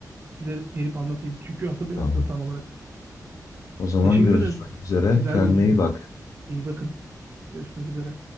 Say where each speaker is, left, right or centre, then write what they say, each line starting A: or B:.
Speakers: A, on the right (about 30°); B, on the left (about 55°).
A: Size gelip anlatayım. Çünkü hatırlayamadım
B: Tamam.
A: tam olarak.
B: O zaman
A: Teşekkür
B: görüşmek
A: ederim.
B: üzere.
A: Güzel
B: Kendine
A: bilgiydi.
B: iyi bak.
A: İyi bakın. Görüşmek üzere.